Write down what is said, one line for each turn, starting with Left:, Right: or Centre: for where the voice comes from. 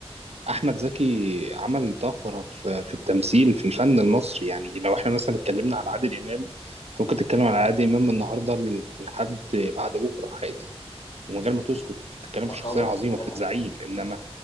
Right: احمد زكي عمل طفره في في التمثيل في الفن المصري يعني لو احنا مثلا اتكلمنا على عادل امام انت ممكن تتكلم على عادل امام من النهارده لحد بعد بكره عادي ومن غير ما تسكت بتتكلم في
Left: آه
Right: شخصيه
Left: طبعا
Right: عظيمه
Left: طبعا
Right: في الزعيم انما